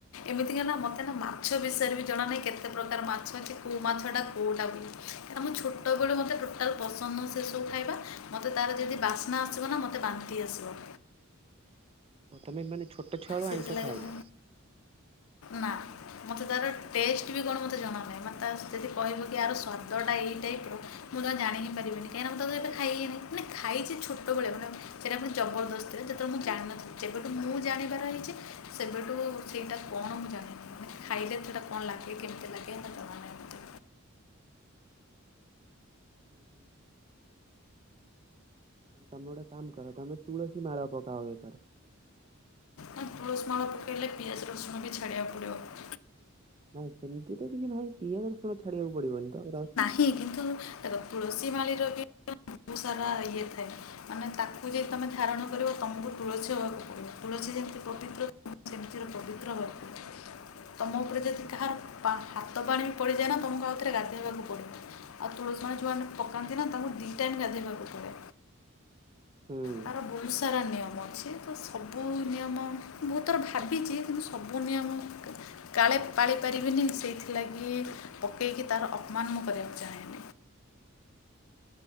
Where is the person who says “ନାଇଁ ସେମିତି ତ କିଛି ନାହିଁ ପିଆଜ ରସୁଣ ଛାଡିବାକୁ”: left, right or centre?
Right